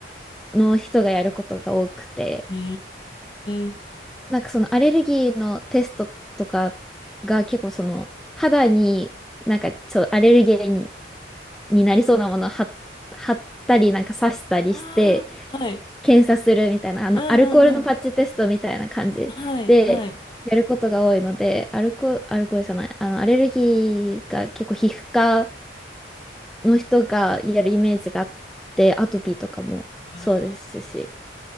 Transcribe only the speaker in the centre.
の人がやることが多くて、
なんかそのアレルギーのテストとかが結構その肌になんかちょっとアレルゲンに、になりそうなものを貼っ貼ったりなんか刺したりして
検査するみたいな、あの、
アルコールのパッチテストみたいな感じで、
やることが多いので、アルコ、アルコールじゃない、あの、アレルギーが結構皮膚科の人がやるイメージがあって、アトピーとかもそうですし。